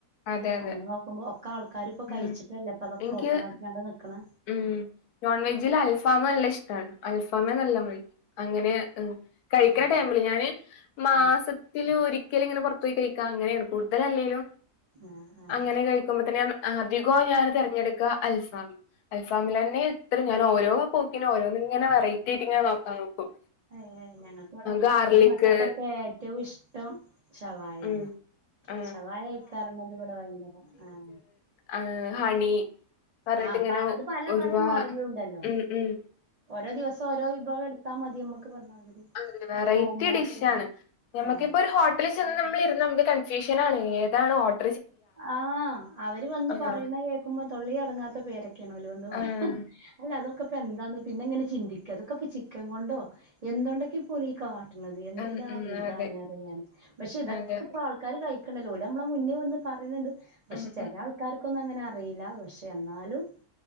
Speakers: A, on the left (about 80°); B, on the right (about 80°).
A: അതെ അതെ
B: അങ്ങനെ നോക്കുമ്പോ ഒക്കെ ആൾക്കാരിപ്പൊ കഴിച്ചിട്ടല്ലേ
A: ഉം
B: പ്പതൊക്കോപ്പണാക്കി
A: എനിക്ക്
B: ആണ്ട് നിക്ക്ണ്
A: ഉം നോൺ വെജ്ജില് അൽഫാമ് നല്ല ഇഷ്ടാണ്. അൽഫാമ് നല്ലോം കഴിക്കും. അങ്ങനെ കഴിക്കണ
B: ആഹ്
A: ടൈമില് ഞാന് മാസ
B: ഉം
A: ത്തില് ഒരിക്കല്ങ്ങനെ പൊർത്തു പോയി കഴിക്കാ അങ്ങനേണ് കൂടുതലല്ലേലും
B: ആഹ് ആഹ്
A: അങ്ങനെ കഴിക്കുമ്പോ തന്നെ. അധികോ ഞാന് തെരഞ്ഞെടുക്ക അൽഫാമ്. അൽഫാമിലെന്നെത്ര ഞാനോരോ പോക്കിനും ഓരോന്നിങ്ങനെ വെറൈറ്റി ആയിട്ട്ങ്ങനെ നോക്കാൻ നോക്കും.
B: ഏഹ് ഞങ്ങക്ക് വടെ
A: ഗാർലിക്
B: ന്റെ മക്കക്കൊക്കെ ഏറ്റവും ഇഷ്ടം. ശവായേണ്
A: ഉം ആഹ്
B: ശവായ കഴ്ക്കാറണത് വടെ ഭയങ്കര ആഹ്
A: ആഹ് ഹണി. പറഞ്ഞിട്ട്
B: ആഹ്
A: ഇങ്ങനെ
B: പ്പ അത്പ്പ പല
A: ഒരുപാ
B: പല മോഡലുണ്ടല്ലോ
A: ഉം ഉം
B: ഓരോ ദിവസം ഓരോ വിഭവ ട്. ത്താ മതിയമ്മക്ക് പറഞ്ഞാൽ മതി.
A: അതെ വെറൈറ്റി
B: പോകുമ്പോളൊക്കെ
A: ഡിഷ് ആണ്, നമക്കിപ്പോ
B: ആ
A: ഒരു ഹോ ട്ടലി ചെന്ന് നമ്മളിരുന്നാ നമ്മക്ക് കൺഫ്യൂഷനാണ് ഏതാണ് ഓഡ
B: ആഹ് അവര് വന്നു
A: ആഹ്
B: പറയുന്ന കേക്കുമ്പോ തൊള്ളി അടങ്ങാത്ത പേരൊക്കെ ക്കണോലോന്ന് പറയാ.
A: ആഹ്
B: അല്ല അതൊക്കെ ഇപ്പ എന്തന്ന് പിന്നെ ഇങ്ങനെ ചിന്തിക്ക അതൊക്കെപ്പ ചിക്കൻ കൊണ്ടോ എന്തുണ്ടൊക്കെ പോല ഈ കാ കാട്ടണത് എന്തെല്ലാം
A: ഉം ഉം
B: ഇതാണ്
A: അതെ
B: അറിയാന്, പക്ഷെ ഇതൊക്കെ
A: അതെ അതെ
B: ഇപ്പ ആൾക്കാര് കഴിക്കണല്ലോ ഓല്മ്മളെ മുന്നേ വന്ന്. പറയുന്നുണ്ട്. പക്ഷെ
A: ഉം
B: ചെല
A: ഉം
B: ആൾക്കാർക്കൊന്നും അങ്ങനെ അറിയില്ല, പക്ഷെ എന്നാലും.